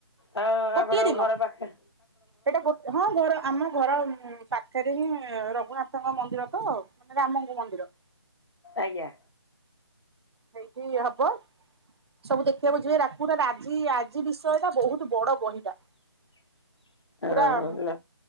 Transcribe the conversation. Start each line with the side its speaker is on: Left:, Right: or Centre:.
Left: ହଁ
Right: ଗୋଟିଏ
Left: ଆପଣଙ୍କ
Right: ଦିନ।
Left: ଘର ପାଖରେ।
Right: ସେଇଟା ଗୋଟେ ହଁ ଘର ଆମ ଘର ଉଁ ପାଖରେ ହିଁ ରଘୁନାଥ ତ ମନ୍ଦିର ତ ରାମଙ୍କ ମନ୍ଦିର।
Left: ଆଜ୍ଞା।
Right: ହେଇଠି ହବ। ସବୁ ଦେଖିବାକୁ ଯିବେ ରାକୁଟା ଆଜି ଆଜି ବିଷୟଟା ବହୁତ ବଡ ବହିଟା।
Left: <inaudible>
Right: ପୁରା ମ୍
Left: ହଁ